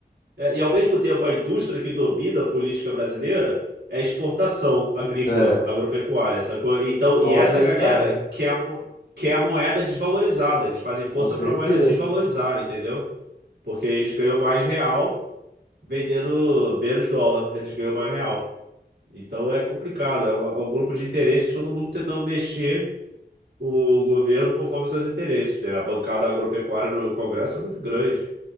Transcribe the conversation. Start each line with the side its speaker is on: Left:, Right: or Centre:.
Right: é, e ao mesmo tempo, a indústria que domina a política brasileira é a exportação agrícola,
Left: É,
Right: agropecuária, sacou? Então,
Left: soja
Right: e essa galera
Left: e carne, né?
Right: quer a, mo- quer a moeda desvalorizada, eles fazem força
Left: Com certeza.
Right: para a moeda desvalorizar, entendeu? Porque eles ganham mais real vendendo menos dólar, eles ganham mais real. Então é complicado, é um, é um grupo de interesses, todo mundo tentando mexer o governo conforme seus interesses, né? A bancada agropecuária no Congresso é muito grande,